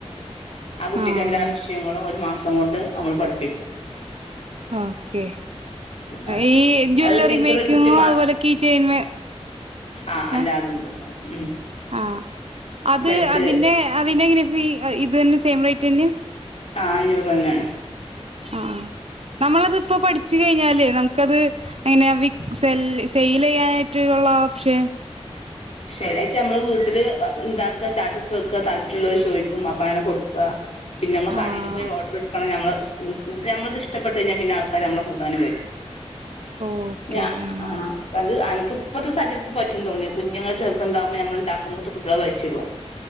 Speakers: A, on the left; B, on the right.
A: ആ കുട്ടിക്ക്
B: ആഹ്
A: എല്ലാ വിഷയങ്ങളും ഒരു മാസം കൊണ്ട് നമ്മള് പഠിപ്പിക്കും
B: ഓക്കേ
A: ആഹ്
B: ഈ ജ്വല്ലറി
A: അത് ടീച്ചർ
B: മേക്കിങ്ങോ
A: ഒരു കുട്ടി
B: അതുപോലെ കീ ചെയ്‌ൻ മേ-
A: ആ അല്ലാതുണ്ട്
B: ഏഹ്
A: ഉം
B: ആഹ് അത്
A: ബെഡ്
B: അതിന്റെ അതിനെങ്ങനെ ഫീ ഇത് തന്നെ സെയിം റേറ്റ് തന്നെയ
A: ആഹ് അഞ്ഞൂറ് രൂപ തന്നാണ്
B: ആഹ് നമ്മളത് ഇപ്പോപഠിച്ചു കഴിഞ്ഞാല് നമുക്കത് എങ്ങനെയ വി സെല്ല്- സെയിൽ ചെയ്യാനായട്ടുള്ള <unintelligible> ഓപ്ഷൻ
A: ശരിയായിട്ട് നമ്മളെ വീട്ടില് ഉണ്ടാക്കുക സ്റ്റാറ്റസ് വെക്കുക താല്പര്യമുള്ളോല് ചോദിക്കും അപ്പങ്ങനെ കൊടുക്കും പിന്നെമ്മള്
B: ആഹ്
A: കടയില് പോയി ഓർഡർ എടുക്കണ നമ്മള് സ് - ഞമ്മളിത് ഇഷ്ടപ്പെട്ട് കഴിഞ്ഞാ പിന്നെ ആൾക്കാര് നമ്മെ കൂടനെ വരും
B: ഓക്കെ
A: ഞ-
B: ആഹ്
A: അത് അനക്ക് ഇപ്പത്തെ സാഹചര്യത്തിൽ പറ്റും തോന്നിയ- കുഞ്ഞുങ്ങള് ചെറത്ണ്ടാകുമ്പോ ഞമ്മള് ഉണ്ടാക്കുമ്പോ മൂത്തെ കുട്ടികള് വലിച്ചിടും